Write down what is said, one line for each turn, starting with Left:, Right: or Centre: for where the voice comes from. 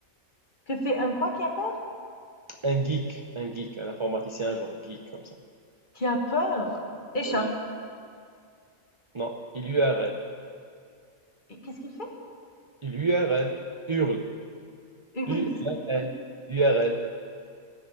Left: Que fait un quoi qui appelle?
Right: Un geek, un geek, un informaticien genre geek comme ça.
Left: Qui a peur? Échappe.
Right: Oui. Non, il lui a
Left: Et qu'est-ce qu'il fait?
Right: L'URL, URL,
Left: Une
Right: URL,
Left: U. C I.
Right: URL.